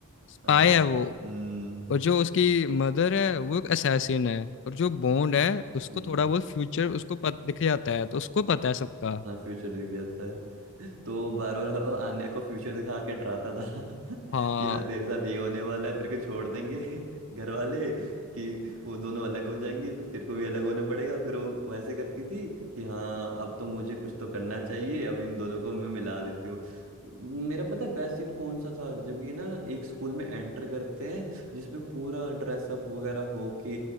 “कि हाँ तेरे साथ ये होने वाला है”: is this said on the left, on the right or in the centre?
Right